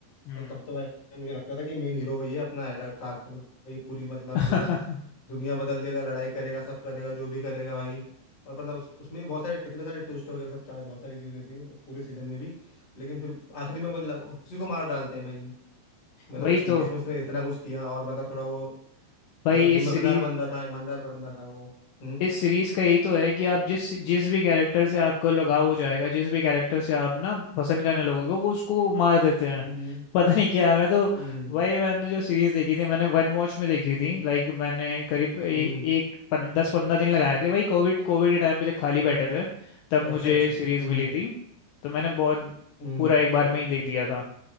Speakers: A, on the left; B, on the left.
A: हम्म
B: तो तब तो भाई मुझे लगता था कि मेन हीरो वही है अपना एडा टाक भाई पूरी मतलब
A: <laughs>
B: दुनिया बदल देगा लड़ाई करेगा सब करेगा जो भी करेगा भाई और मतलब उस, उसमें भी बहुत सारे कितने सारे ट्विस्ट वगैरह सब चा- बहुत सारी चीजें थी उस पूरे सीजन में भी लेकिन फिर आखिरी में मतलब उसी को मार डालते हैं भाई मतलब
A: वही
B: उस सीरीज
A: तो
B: में उसने इतना कुछ किया और मतलब थोड़ा वो
A: भाई
B: मतलब जिम्मेदार
A: इस सीरीज
B: बंदा था ईमानदार बंदा था वो हम्म
A: इस सीरीज का यही तो है कि आप जिस जिस भी कैरेक्टर से आपको लगाव हो जाएगा जिस भी कैरेक्टर से आप ना पसंद करने लगोगे वो उसको मार देते हैं
B: हम्म
A: <laughs> पता नहीं क्या है मैं तो
B: हम्म
A: वही मैंने जो सीरीज देखी थी मैंने वन वॉच में देखी थी लाइक मैंने करीब ए,
B: हम्म
A: एक पन, दस पंद्रह दिन लगाए थे वही कोविड कोविड के टाइम पे जब खाली बैठे थे तब
B: अच्छा
A: मुझे
B: अच्छा
A: ये सीरीज
B: हम्म
A: मिली थी तो मैंने बहुत
B: हम्म
A: पूरा एक बार में ही देख दिया था